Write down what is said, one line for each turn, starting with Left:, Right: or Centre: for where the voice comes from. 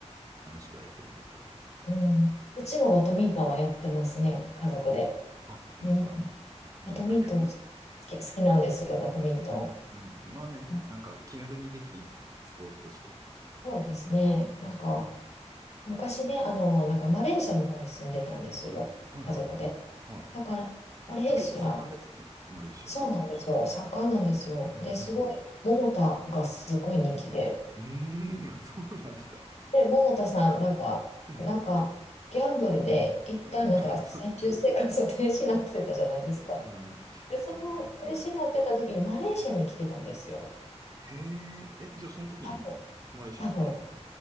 Right: 楽しくはやってるんですけど。
Left: うん。うちもバドミントンはやってますね。家族で。
Right: あ、なんですか
Left: うん。
Right: みんな仲良く。
Left: バドミントン好き、好きなんですよ、バドミントン。
Right: うん。まあね、
Left: うん
Right: なんか気軽にできていいですよね、スポーツとして。
Left: そうですね。なんか、昔ね、あの、なんかマレーシアの方に住んでたんですよ、
Right: うん。はいはいはいはい。
Left: 家族で。
Right: はい。
Left: だから、マレーシア、
Right: あ、結構盛んですよね、マレーシア。
Left: そうなんですよ、盛んなんですよ。
Right: うんう
Left: で、すごい、
Right: ん
Left: 桃田がすごい人気で。
Right: うんうーん、あ、そうなんですか。
Left: で、桃田さん、なんか、
Right: うん。
Left: なんか、ギャンブルで、一旦なんか、
Right: うん、<laughs>
Left: 先住生活停止になってたじゃないですか。
Right: そうですね。うん、うん。
Left: で、その停止になってた時に、
Right: ちょっとね。うん。
Left: マレーシアに来てたんですよ。
Right: へえ、え、じゃあその時にマレーシアにいたんですか
Left: 多分、多分、